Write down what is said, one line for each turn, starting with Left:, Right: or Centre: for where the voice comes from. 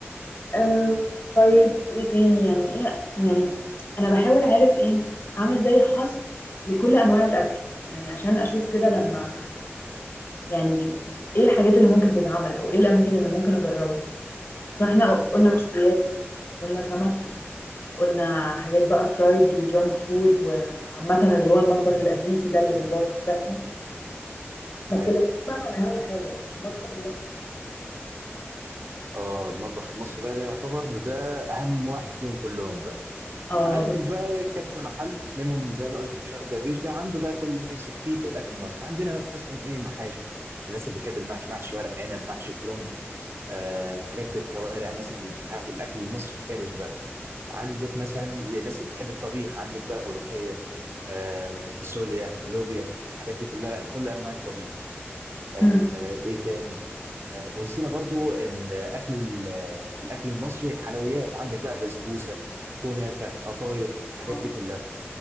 Left: أه طيب ايه تاني يعني ايه يعني انا بحاول اعرف ايه اعمل زي حصر لكل انواع الاكل يعني عشان اشوف كده لما
Right: امم
Left: يعني ايه الحاجات اللي ممكن تتعمل او ايه الاماكن اللي ممكن اجربها فاحنا قلنا مشويات قلنا سمك قلنا حاجات بقى فرايد وجانك فود وعامة اللي هو المطبخ الأمريكي ده اللي
Right: مم.
Left: بيبوظ الصحة ما
Right: أيوة.
Left: اتكلمتش بقى عن اهم حاجه المطبخ المصري
Right: اه المطبخ المصري بقى ده يعتبر ده اهم واحد فيهم كلهم بقى
Left: اه
Right: عندك بقى كذا محل منهم زي ما قلت من شويه درويش ده عنده بقى كل اللي تمسك فيه في الاكل المصري عندنا مثلا ايه محاشي الناس اللي بتحب المحشي محشي ورق عنب محشي كرنب آه حاجات بالكوارع مثلا الح- الاكل المصري الحرج بقى عندك مثلا الناس اللي بتحب الطبيخ عندك بقى ملوخيه آه فاصوليا لوبيا الحاجات دي كلها كل انواع الطبيخ آه
Left: مم.
Right: آه، ايه تاني آه، ونسينا برضو الاكل ال- في الاكل المصري الحلويات عندك بقى بسبوسه كنافه قطايف الحاجات
Left: اه
Right: دي كلها